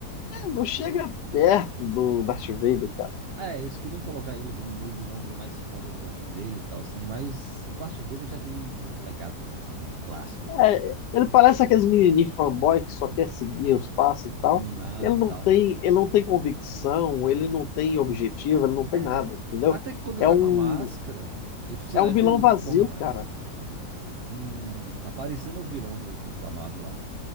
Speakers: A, on the left; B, on the right.
A: não chega perto do Darth Vader, cara.
B: É, eles queriam colocar ele como novo vilão ali, mais foda que o Darth Vader e tal, assim, mas o Darth Vader já tem o legado dele, né, assim, o do clássico ali,
A: É, ele parece aqueles menininhos fanboy que só quer seguir os passos e tal.
B: mimado
A: Ele
B: e
A: não
B: tal.
A: tem, ele não tem convicção, ele não tem objetivo, ele não tem
B: É,
A: nada, entendeu?
B: até que quando ele
A: É
B: tá
A: um,
B: com a máscara, ele, sei
A: é
B: lá,
A: um vilão
B: ele
A: vazio,
B: porta mais.
A: cara.
B: Hum, tá parecendo o vilão do- do- da Marvel lá.